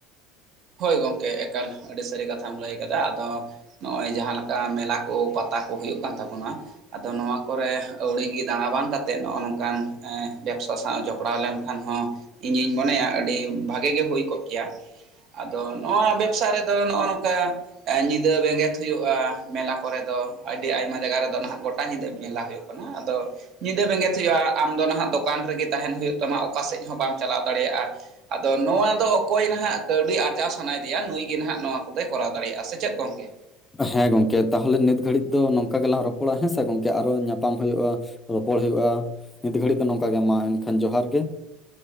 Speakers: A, on the right (about 55°); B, on the left (about 15°).
A: ᱦᱳᱭ ᱜᱚᱝᱠᱮ ᱮᱠᱟᱱ ᱟᱹᱰᱤ ᱥᱟᱹᱨᱤ ᱠᱟᱛᱷᱟᱢ ᱞᱟᱹᱭ ᱟᱠᱟᱫᱟ ᱾ ᱟᱫᱚ ᱱᱚᱜ-ᱚᱭ ᱡᱟᱦᱟᱸ ᱞᱮᱠᱟ ᱢᱮᱞᱟ ᱠᱚ ᱯᱟ ᱛᱟ ᱠᱚ ᱦᱩᱭᱩᱜ ᱠᱟᱱ ᱛᱟᱵᱚᱱᱟ ᱟᱫᱚ ᱱᱚᱣᱟ ᱠᱚᱨᱮ ᱟᱹᱣᱲᱤ ᱜᱮ ᱫᱟᱬᱟ ᱵᱟᱝ ᱠᱟᱛᱮᱜ ᱱᱚᱜ-ᱚ ᱱᱚᱝᱠᱟᱱ ᱮ ᱵᱮᱵᱽᱥᱟ ᱥᱟᱶ ᱡᱚᱯᱲᱟᱣ ᱞᱮᱱᱠᱷᱟᱱ ᱦᱚᱸ ᱤᱧᱤᱧ ᱢᱚᱱᱮᱭᱟ ᱟᱹᱰᱤ ᱵᱷᱟᱜᱮ ᱜᱮ ᱦᱩᱭ ᱠᱚᱜ ᱜᱮᱭᱟ ᱾ ᱟᱫᱚ ᱱᱚᱣᱟ ᱵᱮᱵᱽᱥᱟ ᱨᱮᱫᱚ ᱱᱚᱜ-ᱚ ᱱᱚᱝᱠᱟ ᱮ ᱧᱤᱫᱟᱹ ᱵᱮᱸᱜᱮᱫ ᱦᱩᱭᱩᱜ-ᱟ ᱢᱮᱞᱟ ᱠᱚᱨᱮ ᱫᱚ, ᱟᱹᱰᱤ ᱟᱭᱢᱟ ᱡᱟᱜᱟ ᱨᱮᱫᱚ ᱱᱟᱦᱟᱜ ᱜᱚᱴᱟ ᱧᱤᱫᱟᱹ ᱢᱮᱞᱟ ᱦᱳᱭᱳᱜ ᱠᱟᱱᱟ ᱾ ᱟᱫᱚ ᱧᱤᱫᱟᱹ ᱵᱮᱸᱜᱮᱫ ᱦᱩᱭᱩᱜ-ᱟ ᱟᱢ ᱫᱚ ᱱᱟᱦᱟᱜ ᱫᱚᱠᱟᱱ ᱨᱮᱜᱮ ᱛᱟᱦᱮᱱ ᱦᱩᱭᱩᱜ ᱛᱟᱢᱟ ᱚᱠᱟᱥᱮᱫ ᱦᱚᱸ ᱵᱟᱝ ᱪᱟᱞᱟᱣ ᱫᱟᱲᱮᱭᱟᱜ-ᱟ, ᱟᱫᱚ ᱱᱚᱣᱟ ᱫᱚ ᱚᱠᱚᱭ ᱱᱟᱦᱟᱜ ᱠᱟᱹᱣᱰᱤ ᱟᱨᱡᱟᱣ ᱥᱟᱱᱟᱭᱮᱫᱮᱭᱟ ᱱᱩᱭ ᱜᱮ ᱱᱟᱦᱟᱸᱜ ᱱᱚᱣᱟ ᱠᱚᱫᱚᱭ ᱠᱚᱨᱟᱣ ᱫᱟᱲᱮᱭᱟᱜᱼᱟ ᱥᱮ ᱪᱮᱫ ᱜᱚᱝᱠᱮ?
B: ᱦᱮᱸ ᱜᱚᱝᱠᱮ ᱛᱟᱦᱚᱞᱮ ᱱᱤᱛ ᱜᱷᱟᱹᱲᱤ ᱫᱚ ᱱᱚᱝᱠᱟ ᱜᱮᱞᱟᱝ ᱨᱚᱯᱚᱲᱟ ᱦᱮᱸᱥᱮ ᱜᱚᱝᱠᱮ ᱟᱨᱚ ᱧᱟᱯᱟᱢ ᱦᱳᱭᱳᱜᱼᱟ᱾ ᱨᱚᱯᱚᱲ ᱦᱩᱭᱳᱜᱼᱟ ᱱᱤᱛ ᱜᱷᱟᱹᱲᱤ ᱫᱚ ᱱᱚᱝᱠᱟ ᱜᱮ ᱢᱟ ᱮᱱᱠᱷᱟᱱ ᱡᱚᱦᱟᱨ ᱜᱮ᱾